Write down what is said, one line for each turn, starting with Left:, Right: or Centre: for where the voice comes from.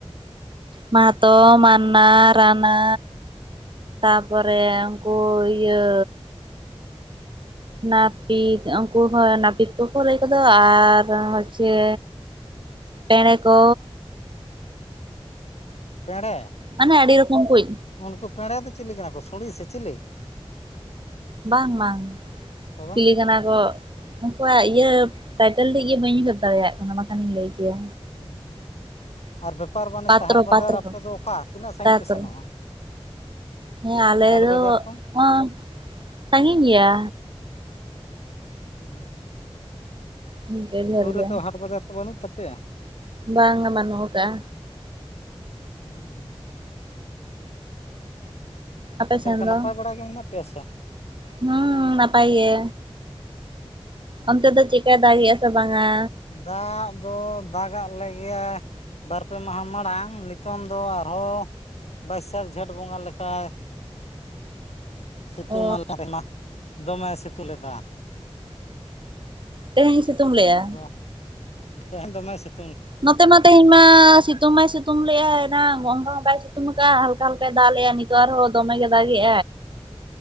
Right: ᱢᱟᱦᱟᱛᱚ ᱢᱟᱱᱱᱟ ᱨᱟᱱᱟ ᱛᱟ ᱯᱚᱨᱮ ᱠᱚ ᱤᱭᱟᱹ ᱱᱟᱹᱯᱤᱛ ᱩᱱᱠᱩ ᱦᱚᱸ ᱱᱟᱹᱯᱤᱛ ᱠᱚᱠᱚ ᱞᱟᱹᱭ ᱠᱚᱫᱚ ᱟᱨ ᱦᱚᱪᱪᱷᱮ ᱯᱮᱸᱲᱮ ᱠᱚ
Left: ᱯᱮᱸᱲᱮ
Right: ᱢᱟᱱᱮ ᱟᱹᱰᱤ ᱨᱚᱠᱚᱢ ᱠᱳᱡᱽ
Left: ᱩᱱᱠᱩ ᱯᱮᱸᱲᱟ ᱫᱚ ᱪᱤᱞᱤ ᱠᱟᱱᱟ ᱠᱚ ᱥᱩᱸᱲᱤ ᱥᱮ ᱪᱤᱞᱤ
Right: ᱵᱟᱝ ᱵᱟᱝ
Left: ᱛᱚᱵᱮ
Right: ᱥᱤ ᱠᱟᱱᱟ ᱠᱚ ᱩᱱᱠᱩᱣᱟᱜ ᱤᱭᱟᱹ ᱴᱟᱭᱴᱮᱞ ᱛᱮᱡ ᱜᱮ ᱵᱟᱹᱧ ᱩᱭᱦᱟᱹᱨ ᱫᱟᱲᱮᱭᱟᱜ ᱠᱟᱱᱟ ᱵᱟᱝ ᱠᱷᱟᱱᱤᱧ ᱞᱟᱹᱭ ᱠᱮᱭᱟ
Left: ᱦᱩᱸ <unintelligible> ᱟᱨ ᱵᱮᱯᱟᱨ ᱵᱟᱹᱱᱤᱡᱽ
Right: ᱯᱟᱛᱨᱚ
Left: ᱥᱟᱦᱟᱨ ᱵᱟᱡᱟᱨ
Right: ᱯᱟᱛᱨᱚ
Left: ᱟᱯᱮ ᱫᱚ ᱚᱠᱟ ᱛᱤᱱᱟᱹᱜ ᱥᱟᱺᱜᱤᱧ
Right: ᱛᱟᱨᱯᱚᱨᱮ
Left: ᱯᱮ ᱥᱮᱱᱚᱜᱼᱟ
Right: ᱦᱮᱸ ᱟᱞᱮ
Left: ᱦᱟᱴ
Right: ᱫᱚ
Left: ᱵᱟᱡᱟᱨ ᱠᱚ?
Right: ᱚᱱᱟ <unintelligible> ᱥᱟᱺᱜᱤᱧ ᱜᱮᱭᱟ
Left: ᱦᱮᱸ <unintelligible>
Right: ᱤᱱᱠᱟᱹ ᱰᱷᱮᱨ
Left: ᱥᱩᱨ ᱨᱮᱫᱚ
Right: ᱜᱮ
Left: ᱦᱟᱴ ᱵᱟᱡᱟᱨ ᱠᱚ ᱵᱟᱹᱱᱩᱜ ᱛᱟᱯᱮᱭᱟ
Right: ᱵᱟᱝᱟ ᱵᱟᱹᱱᱩᱜ ᱠᱟᱜ ᱟ
Left: ᱦᱩᱸ ᱦᱩᱸ <unintelligible>
Right: ᱟᱯᱮ
Left: ᱟᱨ ᱪᱮᱫ
Right: ᱥᱮᱱ
Left: ᱞᱮᱠᱟ
Right: ᱫᱚ
Left: ᱱᱟᱯᱟᱭ ᱵᱟᱲᱟ ᱜᱮ ᱢᱮᱱᱟᱜ ᱯᱮᱭᱟ ᱥᱮ
Right: ᱦᱩᱸ ᱱᱟᱯᱟᱭ ᱜᱮ
Left: ᱦᱩᱸ,
Right: ᱚᱱᱛᱮ ᱫᱚ ᱪᱤᱠᱟᱭ ᱫᱟᱜ ᱮ ᱥᱮ ᱵᱟᱝᱟ
Left: ᱫᱟᱜ ᱫᱚ ᱫᱟᱜᱟᱜ ᱞᱮᱜᱮᱭᱟᱭ ᱵᱟᱨ ᱯᱮ ᱢᱟᱦᱟ ᱢᱟᱲᱟᱝ ᱱᱤᱛ ᱱᱤᱛᱚᱝ ᱫᱚ ᱟᱨᱦᱚᱸ ᱵᱟᱹᱭᱥᱟᱹᱠᱷ ᱡᱷᱮᱸᱴ ᱵᱚᱸᱜᱟ ᱞᱮᱠᱟᱭ ᱥᱤᱛᱩᱝ
Right: ᱚ
Left: ᱢᱟ. ᱞᱮᱠᱟ ᱫᱚᱢᱮ ᱥᱤᱛᱩᱝ ᱞᱮᱫᱟ
Right: ᱛᱮᱦᱮᱧ ᱥᱤᱛᱩᱝ ᱞᱮᱭᱟ
Left: ᱟᱫᱚ ᱛᱮᱦᱮᱧ ᱫᱚᱢᱮᱭ ᱥᱮᱛ...
Right: ᱱᱚᱛᱮ ᱢᱟ ᱛᱮᱦᱮᱧ ᱢᱟ ᱥᱤᱛᱩᱝ ᱢᱟᱭ ᱥᱤᱛᱩᱝ ᱞᱮᱭᱟᱭ ᱮᱱᱟᱝ ᱦᱚᱝᱠᱟ ᱦᱚᱝᱠᱟᱭ ᱥᱤᱛᱩᱝ ᱠᱟᱜᱼᱟ ᱦᱟᱞᱠᱟ ᱦᱟᱞᱠᱟᱭ ᱫᱟᱜ ᱞᱮᱭᱟ ᱱᱤᱛ ᱱᱤᱛᱚᱜ ᱟᱨᱦᱚᱸ ᱫᱚᱢᱮ ᱜᱮ ᱫᱟᱜᱮᱭ